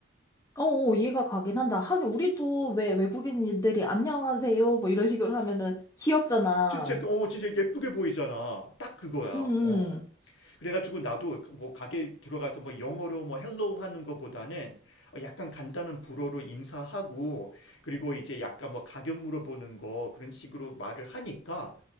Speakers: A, on the left; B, on the left.
A: 어, 어, 이해가 가긴 한다. 하긴, 우리도 왜 외국인들이 안녕하세요. 뭐 이런 식으로 하면은 귀엽잖아.
B: 진짜, 그- 어, 진짜 예쁘게 보이잖아. 딱 그거야.
A: 응, 응.
B: 어. 그래가지고 나도 뭐 가게 들어가서 뭐 영어로 뭐 헬로우 하는 것보다는 어, 약간 간단한 불어로 인사하고 그리고 이제 약간 뭐 가격 물어보는 거 그런 식으로 말을 하니까